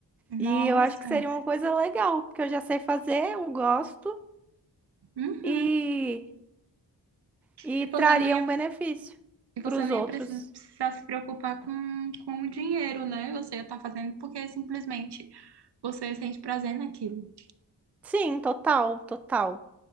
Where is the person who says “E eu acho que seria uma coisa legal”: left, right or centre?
Centre